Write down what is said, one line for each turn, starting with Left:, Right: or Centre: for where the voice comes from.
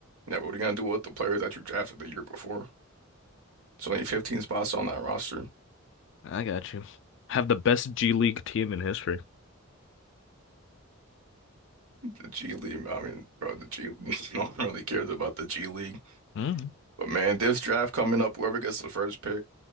Right: yeah, but what are you gonna do with the player that you drafted the year before? It's only 15 spots on that roster.
Left: I got you. Have the best G League team in history.
Right: The G League, I mean, bro, the G <laughs> no one really cares about the G League.
Left: Mm.
Right: But man, this draft coming up, whoever gets the first pick,